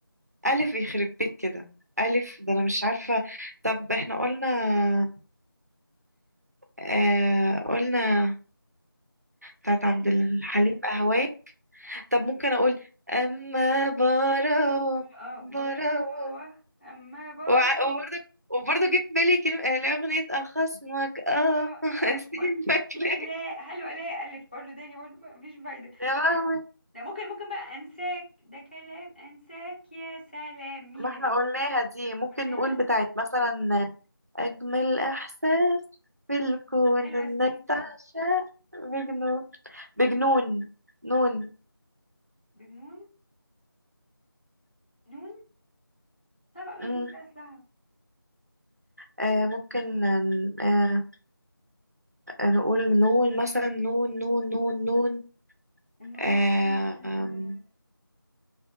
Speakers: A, on the right (about 45°); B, on the left (about 25°).
A: الف يخرب بيت كده الف ده انا مش عارفه طب احنا قلنا آه قلنا بتاعت عبد
B: الف
A: الحليم اهواك طب ممكن اقول اما براو
B: و- اه
A: براو
B: براوه اما براوه
A: وع- وبرضه وبرضه جه في بالي كلمة آه، اللي هي أغنية أخصمك اه
B: اه
A: <laughs>
B: اه
A: أسيبك
B: برضه سيبك
A: ليه
B: لا هل ولا ألف برضه تاني برضه مفيش فايدة
A: يا لهوي
B: لا لا، ممكن ممكن بقى أنساك ده كلام أنساك يا سلام ميم
A: ما احنا
B: اهي
A: قلناها دي ممكن
B: قلناها
A: نقول بتاعت مثلا أجمل إحساس في الكون
B: حلوة
A: إنك
B: السين
A: تعشق
B: دي
A: بجنون بجنون نون
B: بجنون نون طب أوي
A: مم.
B: النون ده أصلها
A: آه ممكن آه آه، نقول نون مثلا نون نون نون نون
B: نون
A: آه
B: آه،
A: آم،